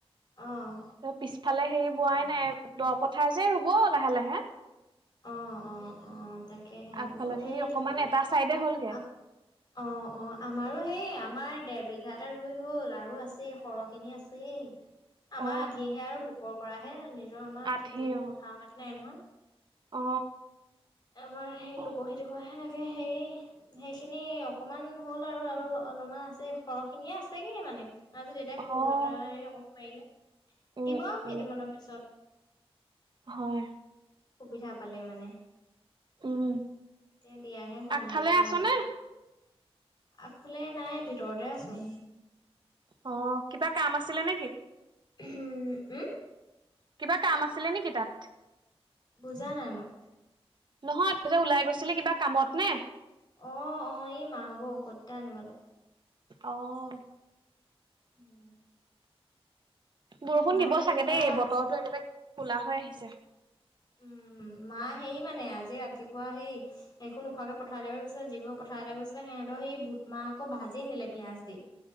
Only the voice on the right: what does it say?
ত পিছফালে হেৰি বোৱাই নাই দহ পথাৰ যে ৰুব লাহে লাহে
আগফালৰ খিনি
অকমান
এটা চাইডে হ'লগে
অ
আধি
অ
অ
অ
অ',
উম,
উম,
হয়
উম,
আগফালে
আছনে?
অ কিবা কাম আছিলে নেকি
কিবা কাম আছিলে নেকি তাত?
নহয় তই যে ওলাই গৈছিলি, কিবা কামত নে?
অ'
বৰষুণ
দিব
চাগে
দেই, বতৰটো একেবাৰে কোলা হৈ আহিছে।